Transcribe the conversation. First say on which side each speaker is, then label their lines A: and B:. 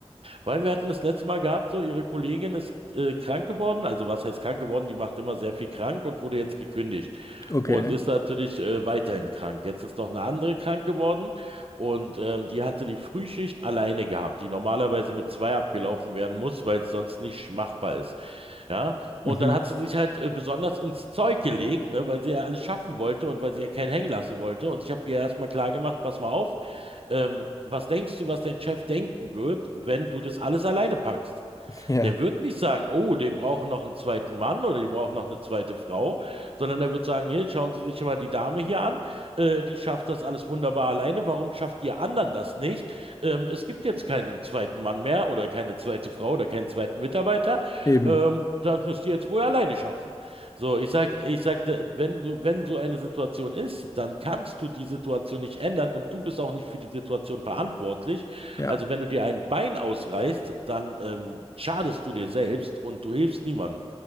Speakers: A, on the right; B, on the left.
A: Weil wir hatten das letzte Mal gehabt, so ihre Kollegin ist äh, krank geworden. Also was heißt krank geworden? Die macht immer sehr viel krank und wurde jetzt gekündigt
B: Okay.
A: und ist natürlich äh, weiterhin krank. Jetzt ist noch eine andere krank geworden und ähm, die hatte die Frühschicht alleine gehabt, die normalerweise mit zwei abgelaufen werden muss, weil es sonst nicht machbar ist. Ja, und
B: Mhm.
A: dann hat sie sich halt äh, besonders ins Zeug gelegt, ne, weil sie ja alles schaffen wollte und weil sie ja keinen hängen lassen wollte. Und ich habe ihr erstmal klar gemacht, pass mal auf, ähm, was denkst du, was dein Chef denken wird, wenn du das alles alleine packst?
B: Ja,
A: Der wird nicht sagen, oh, die brauchen noch einen zweiten Mann oder die brauchen noch eine zweite Frau, sondern er wird sagen, hier, schauen Sie sich mal die Dame hier an, äh, die schafft das alles wunderbar alleine, warum schafft ihr anderen das nicht? Ähm, es gibt jetzt keinen zweiten Mann mehr oder keine zweite Frau oder keinen zweiten Mitarbeiter,
B: eben.
A: ähm, das müsst ihr jetzt wohl alleine schaffen. So, ich sag, ich sagte, wenn du, wenn so eine Situation ist, dann kannst du die Situation nicht ändern und du bist auch nicht für die Situation verantwortlich.
B: Ja.
A: Also wenn du dir ein Bein ausreißt, dann ähm, schadest du dir selbst und du hilfst niemandem.